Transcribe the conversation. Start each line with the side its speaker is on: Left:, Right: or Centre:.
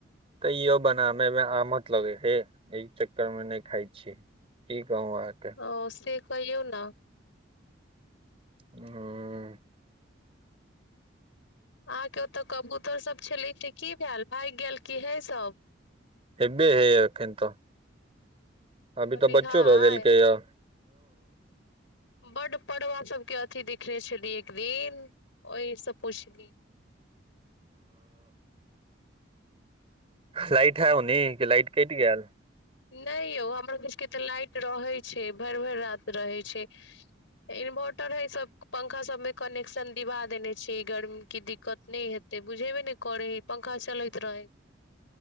Right: तऽ इहो बनाबै मे आमद लगै छैइ ह एहि चक्कर मे नहि खाय छी गउआ के <unintelligible>
Left: ओ से कहियौ न
Right: ह
Left: अहाँके ओतय कबूतरसभ छलै से की भेल भागि गेल कि हय सब
Right: हे बैएहई एखन त अभी तऽ
Left: बिहाय
Right: बच्चो दऽ देलकै अ
Left: बड्ड पड़बा सबके अथि देखने छली एक दिन ओहिसँ पुछली
Right: लाइट है ओने कि लाइट कैइट गेल
Left: नई यौ हमर सबके तऽ लाइट रहै छै भरि भरि राति रहै छै इन्वर्टर हय सब पंखा सबमे कनेक्शन दिवा देने छी गर्मी के दिक्कत नई हेतै बुझेबे नहि करै ह पंखा चलैत रहै